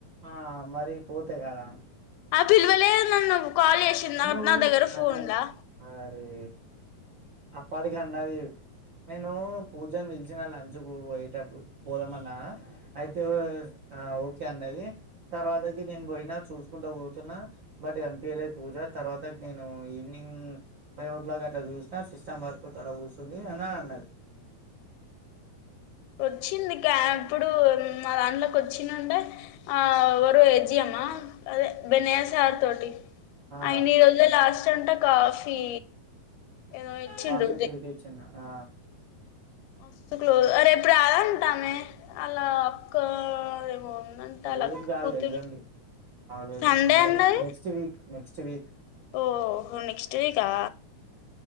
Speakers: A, on the right (about 60°); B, on the left (about 85°).
A: ఆ మరి పోతే కదా
B: ఆ పిల్వలే నన్ను కాల్ చేసింది
A: నువ్వు
B: నా దగ్గర
A: అన్న
B: ఫోన్ ఉందా
A: అరే అప్పటికి అన్నది నేను పూజను పలిచిన లంచ్ కు పోయేటప్పుడు పోదామన్నా అయితే ఆ ఓకే అన్నది తర్వాతకి నేను పోయినా చూసుకుంటా పోతున్నా బట్ కనిపిలే పూజ తర్వాత నేను ఈవినింగ్ ఫైవ్ ఓ క్లాక్ అట్లా చూసినా సిస్టమ్ వర్క్ అక్కడ కూర్చంది అని అ అ
B: వచ్చింది క ఇప్పుడు మా దాంట్లోకి వచ్చినంటే ఆవరో ఎజియమ్మా అదే బెన్సాయా సార్ తోటి
A: ఆ
B: అయిన్ని ఈ రోజు లాస్ట్ అంటా కాఫీ ఏదో ఇచ్చిండు
A: పాఫెట్ టీచ్చన్నా ఆ
B: వస్తు క్లో రేపు రాద అంటామే అలా అక్క ఏమో ఉందంట
A: అరేం
B: వాళ్ళ అక్క
A: కాదు
B: కూతురు
A: వెళ్ళండి అవలేదు
B: సండే
A: అ
B: అన్నది
A: అదే నెక్స్ట్ వీక్ నెక్స్ట్ వీక్
B: ఓ హ నెక్స్ట్ వీక్ ఆ